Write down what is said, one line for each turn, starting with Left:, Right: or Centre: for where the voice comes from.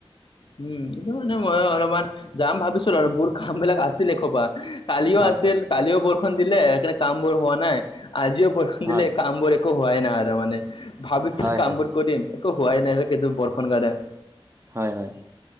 Left: উম, এটো মানে মই অলমান যাম ভাবিছিলোঁ আৰু বোৰ কাম বিলাক আছিল একসপা। কালিও
Right: হয়
Left: আছিল
Right: হয়
Left: কালিও বৰষুণ দিলে সেইকাৰণে কাম বোৰ হোৱা নাই। আজিও বৰখন
Right: হয়
Left: দিলে কামবোৰ একো হোৱাই নাই আৰু তাৰমানে আৰু ভাবিছিলোঁ
Right: হয়
Left: কামবোৰ
Right: হয়
Left: কৰিম তো হোৱাই নাই এইকেইদিন বৰষুণ কাৰনে।
Right: হয় -হয়।